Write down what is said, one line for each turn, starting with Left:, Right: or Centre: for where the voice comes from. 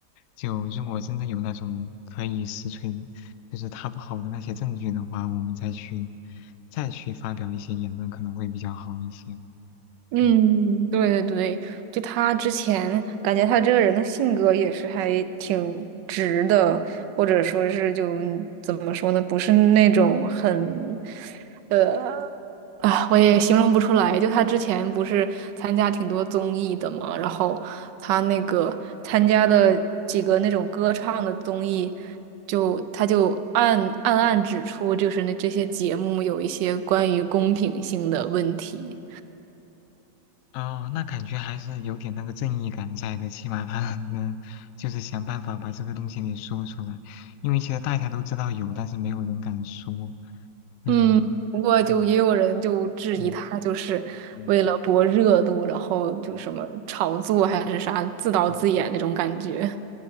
Left: 就如果真的有那种可以实锤，就是他不好的那些证据的话，我们再去再去发表一些言论，可能会比较好一些。
Right: 嗯，
Left: 嗯。
Right: 对对对，就他之前感觉他这个人的性格也是还挺直的，或者说是就怎么说呢，不是那种很呃啊，我也形容不出来。就他之前不是参加挺多综艺的嘛，然后他那个参加的几个那种歌唱的综艺，就他就暗暗暗指出，就是那这些节目有一些关于公平性的问题。
Left: 哦，那感觉还是有点那个正义感在的，起码他 <laughs> 能就是想办法把这个东西给说出来，因为其实大家都知道有，但是没有人敢说。嗯，
Right: 嗯，不过就也有人就质疑他，
Left: 嗯嗯
Right: 就是为了博热度，
Left: 嗯
Right: 然后就什么炒作还是啥，
Left: 嗯
Right: 自导自演那种感觉。
Left: 嗯。